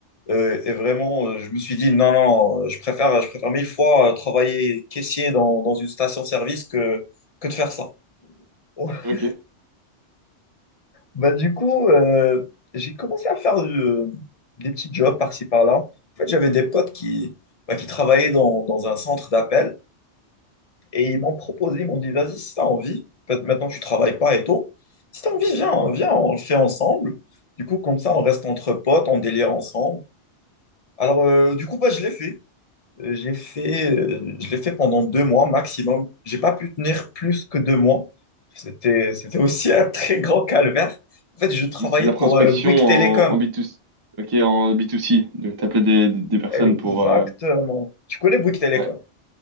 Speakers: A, on the left; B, on the right.
A: euh, et vraiment, euh, je me suis dit, non, non, non, je préfère, je préfère mille fois euh, travailler caissier dans, dans une station-service que, que de faire ça. <laughs>
B: Ok.
A: Bah, du coup, euh, j'ai commencé à faire du- des petits jobs par-ci, par-là. En fait, j'avais des potes qui, bah, qui travaillaient dans, dans un centre d'appel. Et ils m'ont proposé, ils m'ont dit, vas-y, si t'as envie, peut-être maintenant tu travailles pas et tout, si t'as envie, viens, viens, on le fait ensemble. Du coup, comme ça, on reste entre potes, on délire ensemble. Alors, euh, du coup, bah, je l'ai fait. Euh, J'ai fait, euh, je l'ai fait pendant deux mois maximum. J'ai pas pu tenir plus que deux mois. C'était, c'était aussi un très grand calvaire. En fait, je travaillais
B: Mais c'est de la
A: pour
B: prospection
A: euh, Bouygues
B: en,
A: Télécom.
B: en B2C. Ok, en B2C. Donc, t'appelais des, des des personnes
A: Exactement.
B: pour. euh,
A: Tu connais Bouygues Télécom?
B: Ouais.